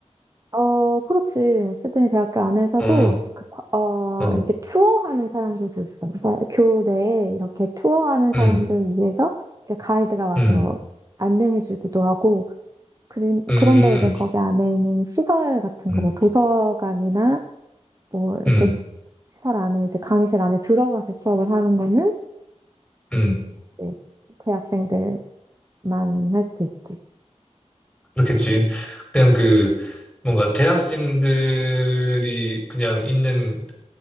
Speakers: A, on the right; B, in the centre.
A: 어, 그렇지. 시드니 대학교 안에서도,
B: 어,
A: 그 과- 어,
B: 어,
A: 이렇게 투어하는 사람들도 있어. 그러니까 교내에 이렇게 투어하는 사람들
B: 음,
A: 위해서 이렇게 가이드가 와서
B: 음,
A: 안내해주기도 하고, 그런,
B: 음,
A: 그런데 이제 거기 안에 있는 시설 같은
B: 음,
A: 거, 뭐 도서관이나 뭐 이렇게
B: 음,
A: 시설 안에, 이제 강의실 안에 들어가서 수업을 하는 거는
B: 음.
A: 이제 재학생들만 할 수 있지.
B: 그렇겠지. 그냥 그, 뭔가 대학생들이 그냥 있는